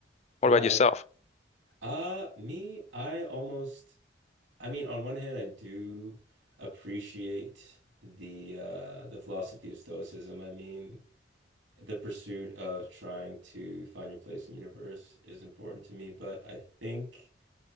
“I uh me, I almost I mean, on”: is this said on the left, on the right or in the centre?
Right